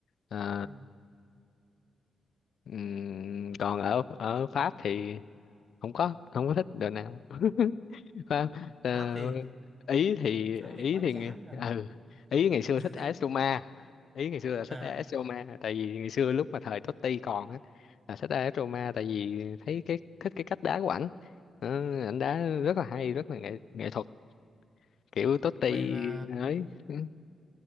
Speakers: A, on the left; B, on the right.
A: Ờ,
B: ừ
A: ừm, còn ở ở Pháp thì không có không có thích đội nào <laughs> Phải không? Ờ,
B: Pháp thì
A: ý
B: ừ,
A: thì
B: Pháp
A: ý
B: thì quá
A: thì
B: chán
A: ngày
B: rồi
A: ừ ý ngày xưa
B: <laughs>
A: thích AS Roma ý ngày xưa là
B: à
A: thích AS Roma tại vì ngày xưa lúc mà thời Totti còn á là thích AS Roma tại vì thấy cái thích cái cách đá của ảnh Ờ, ảnh đá rất là hay rất là nghệ nghệ thuật kiểu Totti
B: vậy là
A: ấy Ừ.